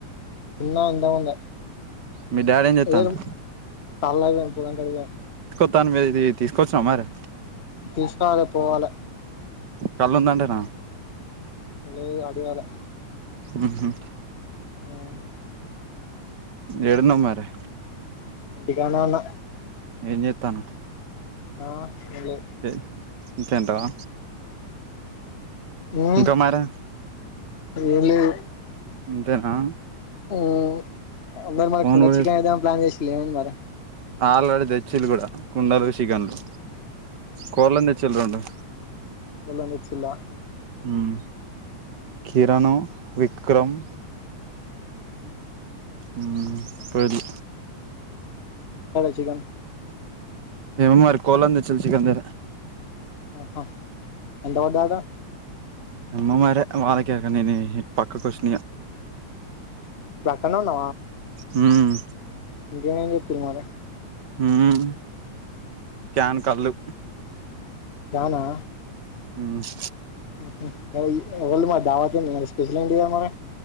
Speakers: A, on the left; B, on the right.
A: చిన్న ఎంతా ఉంద
B: మీ డాడీ ఏం చెత్తాండు
A: ఏరు తల్వవ పుల కడిగం
B: మొత్తంన్ కయితే తీసుకొచ్చినావ మరి
A: తీసుకోవలా పోవాల
B: కళ్ళు ఉందండినా
A: లే అడిగాలే
B: ఉహూ
A: హ్మ్
B: ఏడున్నావ్ మరి
A: ఇంటి కన్నే ఉన్న
B: ఏం చెత్తన్నావ్
A: ఆ ఏం లేదు
B: అంతే అంతే అంటావా
A: ఉమ్
B: ఇంకా మారి
A: ఏం లేదు
B: అంతేనా
A: హ్మ్ అందరు మనకు
B: ఫోన్
A: నచ్చికన్
B: కూడా
A: ఏదామని ప్లాన్ చేసిలేమని మరి
B: ఆల్రెడీ తెచ్చిలు కూడా కుండలు షికన్లు కోళ్ళను తెచ్చీలు రోండు
A: కోళ్ళను తెచ్చిన్లా
B: ఉమ్ కిరణు విక్రమ్
A: హ్మ్
B: ఉమ్ పదు
A: చికన్
B: ఉన్నారు కోళ్ళను తెచ్చింది చికెన్ దగ్గర
A: ఆహా ఎంత పడ్డయాట
B: అమ్మ మరె వాళ్ళ కె ఇక నేను ఇటు పక్కకు వ
A: పైనాల
B: మ్మ్
A: ఇంకా ఏమేమి చేప్పినారు
B: మ్మ్ క్యాన్ కళ్ళు
A: క్యానా
B: మ్మ్
A: ఉహు ఇవాళ్ళ మాకు దావాత్ ఉంది మరి స్పెషల్ ఎంటి ఇగ మరి